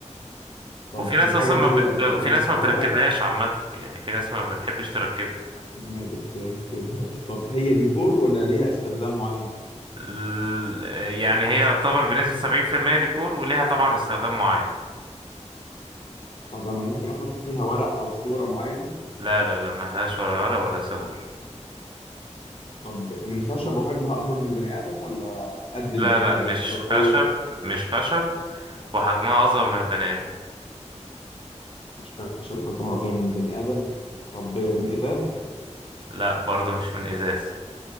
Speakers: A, on the left; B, on the right.
A: طب
B: وفي ناس
A: الحاجة
B: أصلا
A: دي
B: ما بت...
A: أنت
B: وفي
A: قلت مش
B: ناس
A: كهرباء
B: ما بتركبهاش عامة يعني في ناس ما بتحبش تركبها
A: ما بتركبهاش طب هي ديكور ولا ليها استخدام معين؟
B: ال- يعني هي يعتبر بنسبة سبعين في المية ديكور وليها طبعا استخدام معين
A: طب أنا ممكن أحط فيها ورق أو صورة معينة
B: لا لا لا ملهاش ولا ورق ولا صور
A: طب من خشب وحجمها أكبر من البني آدم ولا قد البني
B: لا لا
A: آدم
B: مش
A: ولا صغيرة؟
B: خشب مش خشب وحجمها أصغر من البني آدم
A: مش خشب وحجمها أصغر من البني آدم طب من إزاز
B: لا برضه مش من إزاز